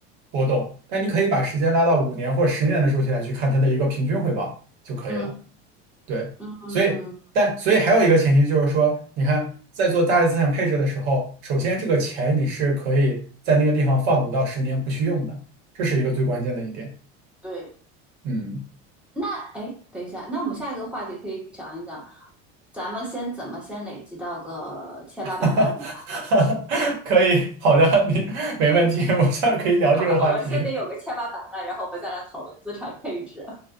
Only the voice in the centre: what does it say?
嗯
嗯，
对。
那哎，等一下，那我们下一个话题可以讲一讲，咱们先怎么先累积到个千八百万呢？
<laughs>
好吧，我们先得有个千八百万，然后我们再来讨论资产配置。<laughs>